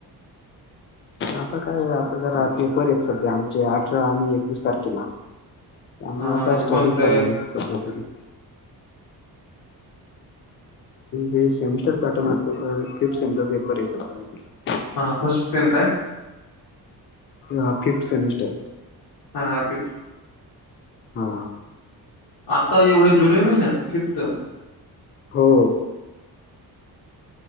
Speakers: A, on the left (about 30°); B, on the left (about 65°).
A: आता काय आता जरा पेपर आहेत सध्या आमचे अठरा आणि एकवीस तारखेला त्यामुळे
B: हा हा
A: आता
B: म्हणजे
A: स्टडी
B: कोणतं
A: चालू आहे सध्या तरी हे सेमिस्टर पॅटर्न असते का फिफ्थ सेमिस्टर पेपर हे स
B: वापस सेम काय
A: ह फिफ्थ सेमिस्टर
B: हा हा फिफ्थ
A: हा
B: आता एवढ्या जुलै महिन्यात फिफ्थ
A: हो